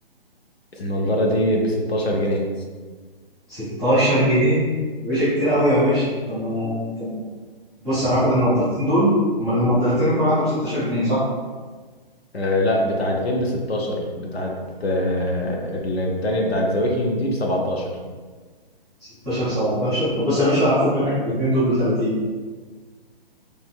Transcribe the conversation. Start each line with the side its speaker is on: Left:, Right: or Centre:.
Left: النضاره دي ب 16 جنيه
Centre: 16 جنيه يا باشا كتير قوي يا باشا طب ما بص انا هاخد النضارتين دول امال النضارتين كل واحده ب 16 جنيه صح
Left: آه لا بتاعت فين ب 16 بتاعت آه التانية بتاعت ذا ويكينج دي ب 17
Centre: 16 17 طب بص يا باشا انا هاخد منك الاثنين دول ب 30